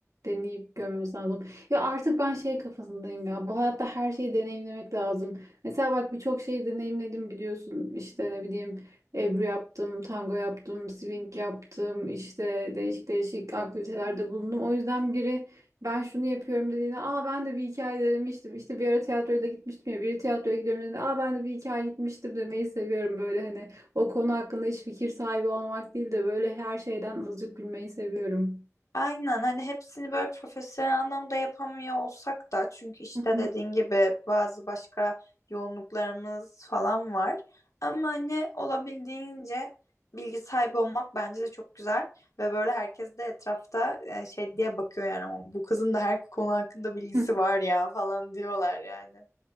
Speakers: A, on the right; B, on the left.
A: deneyip görmemiz lazım. Ya artık ben şey kafasındayım ya bu hayatta her şeyi deneyimlemek lazım. Mesela bak birçok şeyi deneyimledim biliyorsun işte ne bileyim Ebru yaptım, tango yaptım, swing yaptım işte değişik değişik aktivitelerde bulundum. O yüzden biri ben şunu yapıyorum dediğinde aa ben de bir hikaye denemiştim. İşte bir ara tiyatroya da gitmiştim ya biri tiyatroya gidiyorum dediğinde aa ben de bir hikaye gitmiştim demeyi seviyorum böyle hani. O konu hakkında hiç fikir sahibi olmak değil de böyle her şeyden azıcık gülmeyi seviyorum.
B: Aynen hani hepsini böyle profesyonel anlamda yapamıyor olsak da çünkü işte
A: <laughs> Hı hı.
B: dediğin gibi bazı başka yoğunluklarımız falan var. Ama hani olabildiğince bilgi sahibi olmak bence de çok güzel ve böyle herkes de etrafta e, şey diye bakıyor yani "Ama bu kızın da her konu hakkında bilgisi
A: Hı.
B: var ya falan diyorlar yani.